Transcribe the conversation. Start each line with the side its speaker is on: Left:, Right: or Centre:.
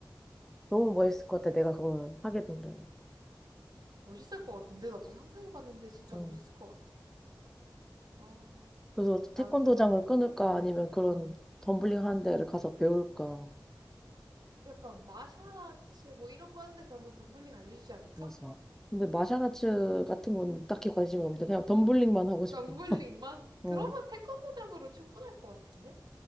Centre: 너무 멋있을 것 같아. 내가 그걸 하게 된다면.
Right: 멋있을 것 같은데? 나도 상상해봤는데 진짜
Centre: 어.
Right: 멋있을 것 같아. 아,
Centre: 그래서 태권도장을
Right: 나는 뭐,
Centre: 끊을까
Right: 응응
Centre: 아니면 그런 덤블링 하는 데를 가서 배울까.
Right: 약간 마샤라츠 뭐 이런 거 하는데 가면 덤블링 알려주지 않을까?
Centre: 그래서. 근데 마샬아츠 같은 건 딱히 관심이 없는데 그냥 덤블링만 하고 싶어.
Right: 덤블링만?
Centre: <laughs> 어,
Right: 그러면 태권도장으로 충분할 것 같은데?